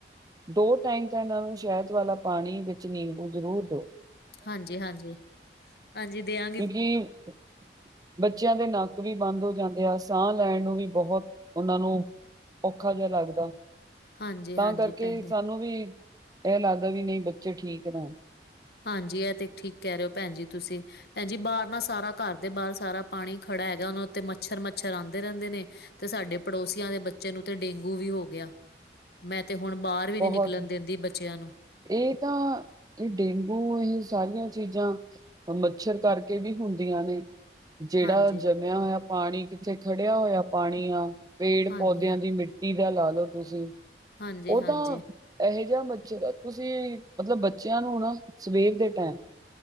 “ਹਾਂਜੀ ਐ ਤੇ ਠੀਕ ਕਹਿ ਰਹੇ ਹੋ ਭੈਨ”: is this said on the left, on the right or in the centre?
Left